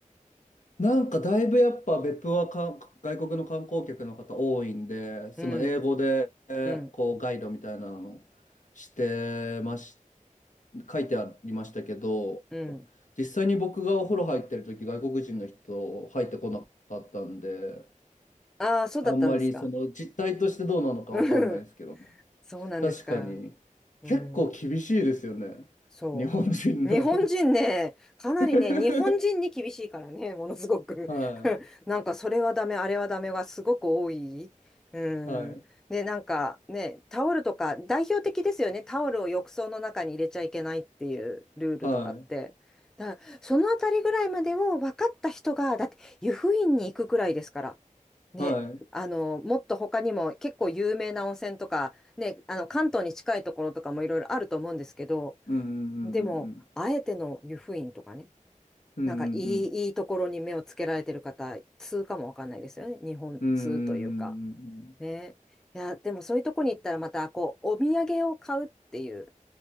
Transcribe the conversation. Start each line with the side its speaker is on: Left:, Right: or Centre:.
Left: なんかだいぶやっぱ別府はか外国の観光客の方多いんで、その英語で
Centre: うん、うん、
Left: こうガイドみたいなのしてまし、書いてありましたけど、
Centre: うん。
Left: 実際に僕がお風呂入ってる時外国人の人入ってこなかったんで、
Centre: ああ、そうだったんですか。
Left: あんまりその実態としてどうなのかわかんないんですけどね。
Centre: うん、そうなんですか。
Left: 確かに結構厳しいですよね。
Centre: うん。そう。
Left: 日本人の
Centre: 日本人ね、かなりね、
Left: <laughs>
Centre: 日本人に厳しいからね、ものすごく
Left: はい、
Centre: <laughs> なんか、それはダメ、あれはダメがすごく多い。う
Left: はい、
Centre: ん。で、なんかね、タオルとか、代表的ですよね。タオルを浴槽の中に入れちゃいけないっていうルールとかって。
Left: はい、
Centre: だから、そのあたりぐらいまでを分かった人が、だって、湯布院に行くくらいですから。ね。
Left: はい。
Centre: あの、もっと他にも結構有名な温泉とか、ね、あの、関東に近いところとかもいろいろあると思うんですけど、
Left: うんうんう
Centre: でも、
Left: んうん
Centre: あえての湯布院とかね、
Left: うん
Centre: なんかいい、いいところに目をつけられてる方、通かもわかんないですよね。日本通というか。
Left: うんうんうんうん
Centre: ね。いや、でもそういうとこに行ったらまた、こう、お土産を買うっていう